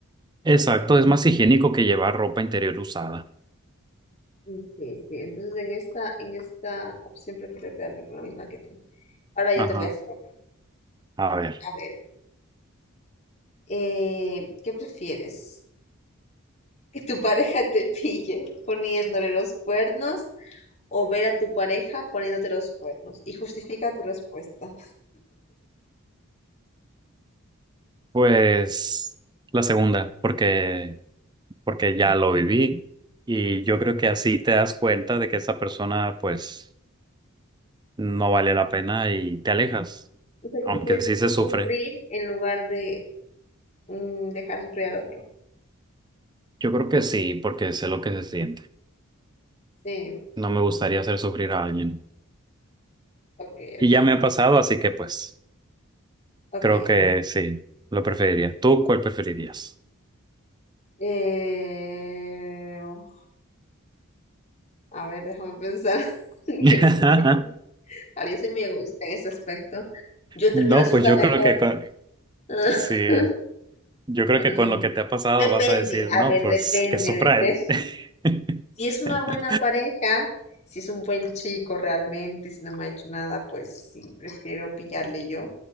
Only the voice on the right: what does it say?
exacto, es más higiénico que llevar ropa interior usada.
Ajá,
a ver,
pues la segunda, porque, porque ya lo viví y yo creo que así te das cuenta de que esa persona pues no vale la pena y te alejas,
aunque
sí se
sufre.
Yo creo que sí, porque sé lo que se siente.
No me gustaría hacer sufrir a alguien.
Y
ya me ha pasado, así que pues...
Creo que sí, lo preferiría. ¿Tú cuál preferirías?
<laughs>
No,
pues
yo
creo que con,
sí, yo creo que
con lo que te ha pasado
vas a decir, no,
pues
que sufra
él. <laughs>